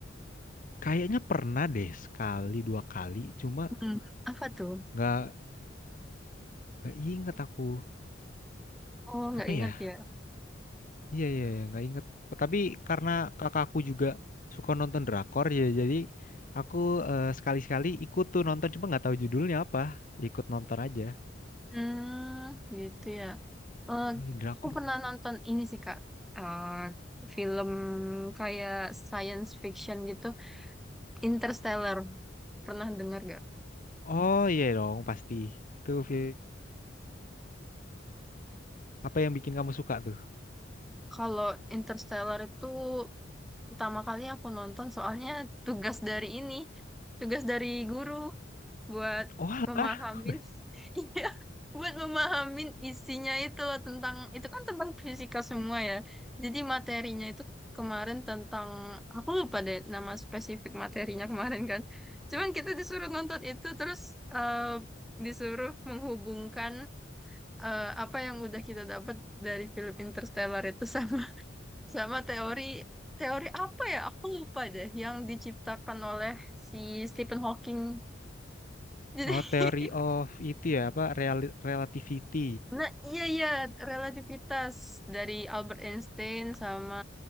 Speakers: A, on the left (about 45°); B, in the centre.
A: kayaknya pernah deh sekali dua kali, cuma
B: Hmm, apa tuh?
A: nggak Gak inget aku
B: Oh, nggak
A: apa ya?
B: ingat ya.
A: Iya iya iya, nggak inget. Tapi karena kakakku juga suka nonton drakor ya, jadi aku eh, sekali-sekali ikut tuh nonton, cuma nggak tahu judulnya apa. Ikut nonton aja.
B: Hmm, gitu ya. Eh,
A: Ih, drakor.
B: aku pernah nonton ini sih Kak. Eh, film kayak science fiction gitu, Interstellar. Pernah dengar nggak
A: Oh iya dong pasti. Tuh film apa yang bikin kamu suka tuh?
B: Kalau Interstellar itu pertama kali aku nonton soalnya tugas dari ini, tugas dari guru. buat
A: Oh alah.
B: memahamin
A: <laughs>
B: <laughs> iya buat memahamin isinya itu loh, tentang itu kan tentang fisika semua ya jadi materinya itu kemarin tentang aku lupa deh nama spesifik materinya kemarin kan cuman kita disuruh nonton itu terus eh, disuruh menghubungkan eh, apa yang udah kita dapat dari film Interstellar itu sama <laughs> sama teori teori apa ya aku lupa deh yang diciptakan oleh si Stephen Hawking jadi
A: Oh Theory
B: <laughs>
A: of itu ya apa Reali- Relativity.
B: Nah, iya iya relativitas dari Albert Einstein sama